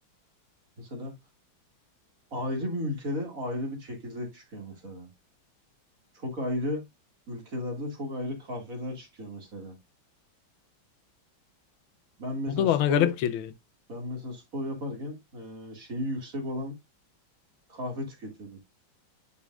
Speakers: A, on the right (about 45°); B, on the left (about 80°).
A: Mesela ayrı bir ülkede ayrı bir çekirdek çıkıyor mesela. Çok ayrı ülkelerde çok ayrı kahveler çıkıyor mesela. Ben mesela
B: O da bana
A: spor
B: garip geliyor. yani.
A: ben mesela spor yaparken e, şeyi yüksek olan kahve tüketiyordum.